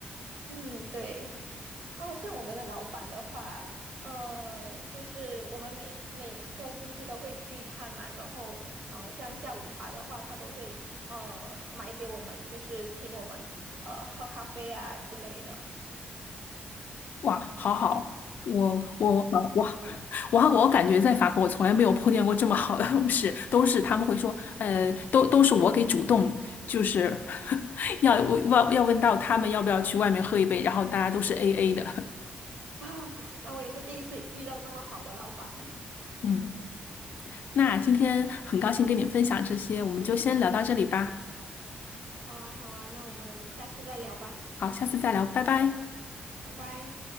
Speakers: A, on the right (about 50°); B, on the left (about 55°).
A: 嗯，对。哦，像我们的老板的话，呃，就是我们每每个星期都会聚餐嘛，然后呃，像下午茶的话，他都会呃买给我们，就是请我们呃喝咖啡啊之类的。
B: 哇，好好，我我好我，我我感觉在法国，我从来没有碰见过这么好的同事，都是他们会说，呃，都都是我给主动，就是 <laughs> 要要要问到他们要不要去外面喝一杯，然后大家都是 AA 的。
A: <laughs> 那我也是第一次遇到这么好的老板。
B: <laughs> 嗯，那今天很高兴跟你分享这些，我们就先聊到这里吧。
A: <laughs> 好啊，好啊，那我们下次再聊吧，
B: 好，下次再聊，拜拜。
A: 拜拜。